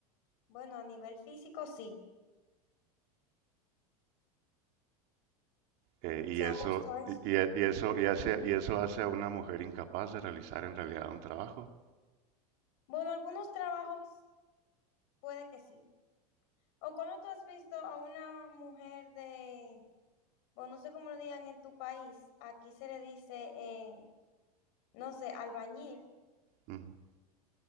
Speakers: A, on the left; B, on the right.
A: Bueno, a nivel físico sí,
B: Eh, y
A: o sea,
B: eso,
A: justo eso.
B: y, y- y eso, y hace, y eso hace a una mujer incapaz de realizar en realidad un trabajo.
A: Bueno, algunos trabajos puede que sí. O cuando tú has visto a una mujer de, bueno, no sé cómo lo digan en tu país, aquí se le dice, eh, no sé, albañil.
B: Ujú.